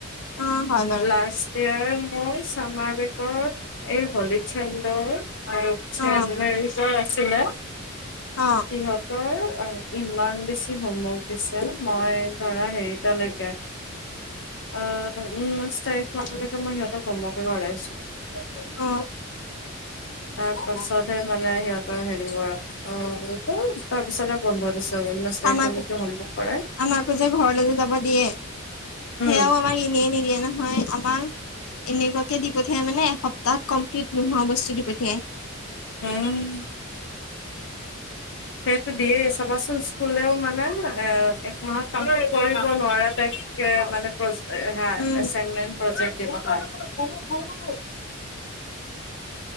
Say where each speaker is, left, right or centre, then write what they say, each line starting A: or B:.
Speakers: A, on the left; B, on the left.
A: অ হয় বাৰু
B: লাস্ট ইয়াৰ মোৰ চামাৰ বেগত এই হলি চন্দৰ আৰু চেমেজৰ
A: অ
B: আছে ছিলে সিহঁতৰ
A: অ
B: অ ইমান বেছি হোমৱৰ্ক দিছে মই ধৰা হেৰিতালৈকে আহ ঊনৈশ তাৰিখ মানলৈকে মই সিহঁতক হোমৱৰ্কে কৰাইছো <unintelligible>
A: অ
B: তাৰ পাছতহে মানে সিহতৰ হেৰি হোৱা অ' <unintelligible> তাৰ পিছতে বন্ধ দিছে। নসাৰীখনকে
A: আমাক
B: হখ কৰাই
A: আমাকো যে ঘৰলৈ যাব দিয়ে সেয়াও
B: উম
A: আমাক এনে নিদিয়ে ন। হয় আমাক এনেকুৱাকে দি পঠিয়াই মানে এসপ্তাহত কমপ্লিট নোহোৱা বস্তু দি পঠিয়াই।
B: আহম সেইটো দয়ছ বাাচোন স্কুলৰে মানে এ এক মাহত কাম কৰিব নোৱাৰা টাইপ মানে প্ৰ এাইনমেন্ট
A: উম
B: প্ৰজেক্ট কাৰ